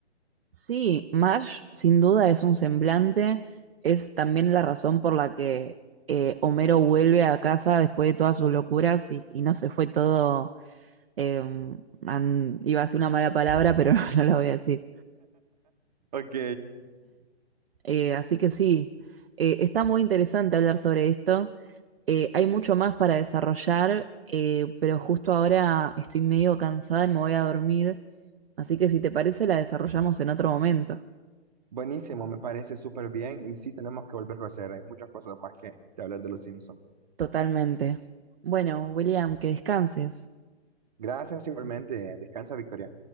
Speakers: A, on the right (about 55°); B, on the right (about 35°).
A: Sí, Marge sin duda es un semblante, es también la razón por la que eh, Homero vuelve a casa después de todas sus locuras y, y no se fue todo, eh, an- iba a decir una mala palabra, pero <laughs> no la voy a decir.
B: Ok,
A: Eh, así que sí, eh, está muy interesante hablar sobre esto. Eh, hay mucho más para desarrollar, eh, pero justo ahora estoy medio cansada y me voy a dormir, así que si te parece la desarrollamos en otro momento.
B: buenísimo, me parece súper bien y sí, tenemos que volverlo a hacer. Hay muchas cosas más que, que hablar de los Simpsons.
A: Totalmente. Bueno, William, que descanses.
B: Gracias igualmente, descansa, Victoria.